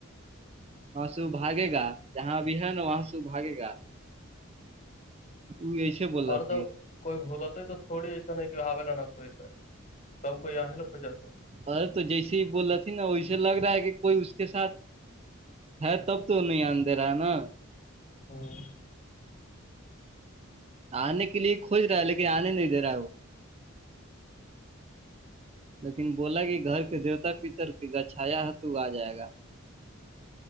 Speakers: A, on the right; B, on the left.
A: ہاں سو بھاگے گا جہاں بھی ہے نا وہاں سو بھاگے گا وہ ایسے بوللا
B: اور
A: رہ تھے
B: تو کوئی بھول ہوتا ہے تو تھوڑی ایسا ہے کہ آوے ل نہ کھوج جائے سب کوئی یہیں ل کھ جاتے ہے
A: ار تو جیسے ہی بول رہی تھی نا ویسے لگ رہا ہے کہ کوئی اس کے ساتھ ہے تب تو نہیں آ دے رہا ہے نا
B: ہاں
A: آنے کے لیے کھج رہا ہے لیکن آنے نہیں دے رہا ہے وہ لیکن بولا کہ گھر کے دیوتا پتر کی گچھایا ہے تو آ جائے گا